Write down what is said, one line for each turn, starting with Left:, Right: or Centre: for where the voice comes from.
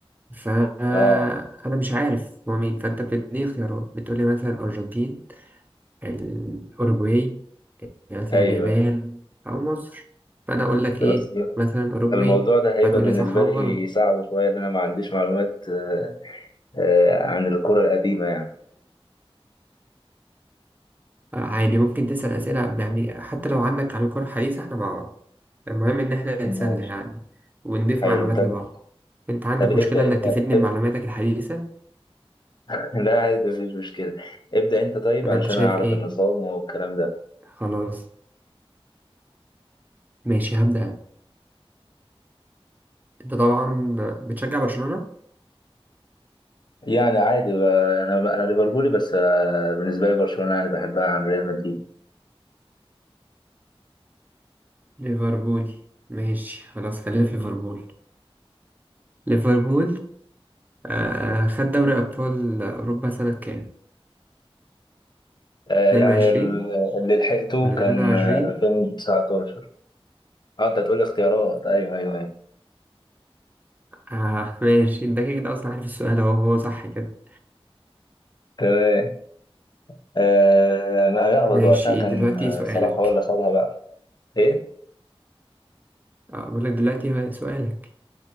Right: فأنا
Left: اه
Right: مش عارف هو مين فأنت بتديني خيارات بتقولي مثلا الأرجنتين الأوروجواي مثلا
Left: ايوه
Right: اليابان
Left: أيوة.
Right: أو مصر فأنا أقول لك
Left: ده
Right: إيه
Left: بس
Right: مثلا أوروجواي
Left: الموضوع ده هيبقى
Right: فتقول
Left: بالنسبة
Right: لي صح أو
Left: لي
Right: غلط
Left: صعب شوية لأن أنا ما عنديش معلومات آه، آه، عن الكرة القديمة يعني
Right: عادي ممكن تسأل أسئلة يعني حتى لو عندك عن الكرة الحديثة احنا مع بعض المهم إن احنا
Left: ماشي
Right: نتسلى يعني ونضيف
Left: حلو
Right: معلومات
Left: طب
Right: لبعض أنت عندك
Left: طب ابدأ
Right: مشكلة إنك
Left: أنت ابدأ.
Right: تفيدني بمعلوماتك الحديثة
Left: <laughs> لا عادي مفيش مشكلة ابدأ أنت طيب
Right: ولا
Left: علشان
Right: أنت شايف
Left: أعرف
Right: إيه؟
Left: النظام والكلام ده
Right: خلاص ماشي هبدأ أنت طبعا بتشجع برشلونة؟
Left: يعني عادي بقى، انا انا ليفربولي بس آه، بالنسبه لي برشلونه يعني بحبها عن ريال مدريد
Right: ليفربول ماشي خلاص خلينا في ليفربول ليفربول آه خد دوري أبطال أوروبا سنة كام؟
Left: آه،
Right: 22
Left: يعني ال- اللي لحقته
Right: ولا
Left: كان
Right: 23؟
Left: آه، 2019 اه انت هتقول اختيارات ايوه ايوه ايوه
Right: آه ماشي أنت كده كده أصلا عارف السؤال أهو هو صح كده
Left: تمام آه، انا يقبض
Right: ماشي
Left: وقتها كان
Right: دلوقتي
Left: آه،
Right: سؤالك
Left: صلاح هو اللي خدها بقى ايه
Right: اه بقول لك دلوقتي سؤالك